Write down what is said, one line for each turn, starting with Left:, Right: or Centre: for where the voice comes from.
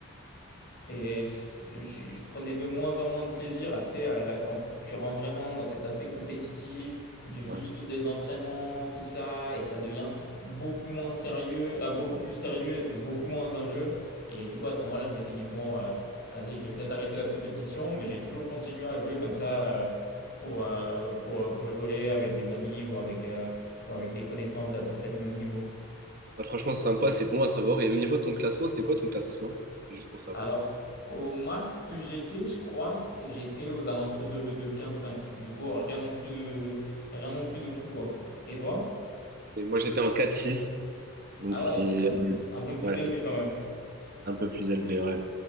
Left: C'est, je, je prenais de moins en moins de plaisir à, tu sais, à la- quand tu rentres vraiment dans cet aspect compétitif, de juste
Right: Ouais.
Left: des entraînements, tout ça, et ça devient beaucoup moins sérieux, euh, beaucoup plus sérieux, et c'est beaucoup moins un jeu. Et du coup, à ce moment-là, je m'étais dit, bon, euh, vas-y, je vais peut-être arrêter la compétition, mais j'ai toujours continué à jouer comme ça, euh, pour, euh, pour, pour rigoler avec des amis ou avec, euh, ou avec des connaissances d'à peu près du même niveau.
Right: Bah, franchement c'est sympa, c'est bon à savoir et au niveau de ton classement c'était quoi ton classement? Juste pour savoir.
Left: Alors, au max que j'étais, je crois, c'est j'étais aux alentours de, de quinze cinq. Du coup, rien non plus de, rien non plus de fou, quoi. Et toi?
Right: Et moi, j'étais en 4 six donc
Left: Ah
Right: ce
Left: ouais,
Right: qui est, euh,
Left: un peu plus
Right: ouais,
Left: élevé
Right: c'est
Left: quand même.
Right: un peu plus élevé, ouais.